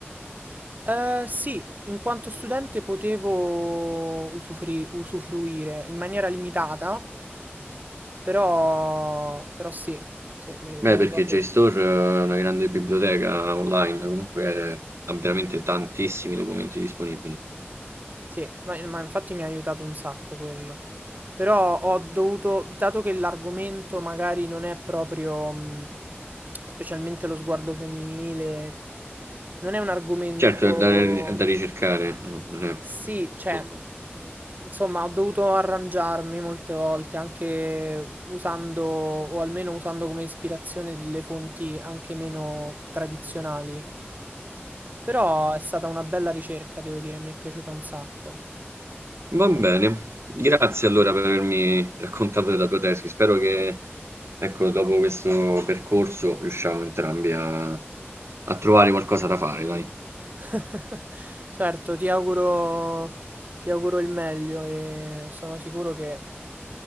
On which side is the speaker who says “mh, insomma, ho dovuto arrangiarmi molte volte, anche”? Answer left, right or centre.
Right